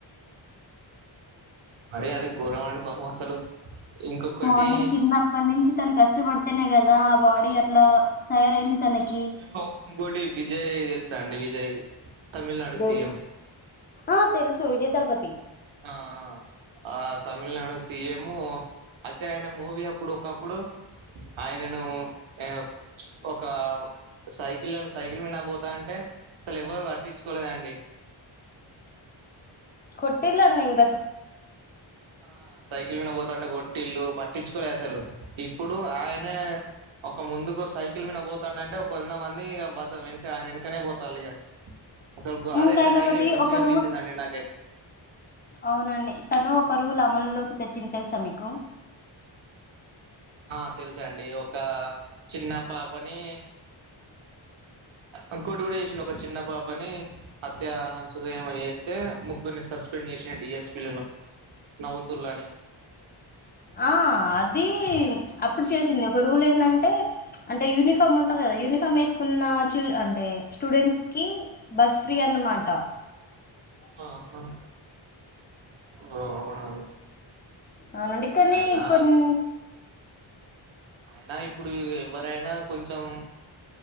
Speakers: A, on the right; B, on the left.
A: మరే అది ఘోరం అండి పాపం అసలు ఇంకొకటి
B: మార్నింగ్ తిన్న ఎప్పటి నుంచి తను కష్టపడితేనే కదా ఆ బాడీ అట్లా తయారయింది తనకి
A: ఇంకో ఇంకోటి విజయ్ తెలుసా అండి విజయ్ తమిళనాడు
B: దేవ్
A: సీఎం
B: ఆ తెలుసు విజయతలపతి
A: ఆ ఆ ఆ తమిళనాడు సీఎం అయితే ఆయన మూవీ అప్పుడు ఒకప్పుడు ఆయనను ఏ స్ ఒక సైకిల్ సైకిల్ మీనా పోతాంటే అసలు ఎవ్వరు పట్టించుకోలేదండి
B: కొట్టిళ్లు <unintelligible> ఇంకా
A: ఆ సైకిల్ మీన పోతాంటె కొట్టిల్లు పట్టించుకోలే అసలు ఇప్పుడు ఆయనే ఒక ముందుకు సైకిల్ మీద పోతాండంటే కొంద మంది వెనక ఆయన వెనకనే పోతాళ్లిగ అసలు అదైతే
B: ఇంకాయన
A: హైలెట్
B: ఒకటి
A: మంచిగా
B: ఒక
A: అనిపించిందండి
B: రూల్
A: నాకైతే
B: అవునండి తను ఒక రూల్ అమలులోకి తెచ్చింది తెలుసా మీకు
A: ఆ తెలుసండి ఒక చిన్న పాపని ఇంకోటి కూడా చేసిండు ఒక చిన్న పాపని హత్యాహంసని ఏమో చేస్ అయితే ముగ్గురిని సస్పెండ్ చేసిండు డిఎస్పిలను నవ్వుతుల్లని
B: ఆ అది
A: తెలుసా
B: అప్పుడు
A: అండి
B: చేసిందే
A: ఇది
B: ఒక రూల్ ఏంటంటే అంటే యూనిఫామ్ ఉంటది కదా యూనిఫామ్ వేసుకున్న చిల్ అంటే స్టూడెంట్స్కి బస్ ఫ్రీ అన్నమాటా
A: ఆహా ఓ అవున అండి
B: అవునండి కానీ
A: అయినా
B: కొన్ని
A: అయినా ఇప్పుడు ఎవ్వరైనా కొంచెం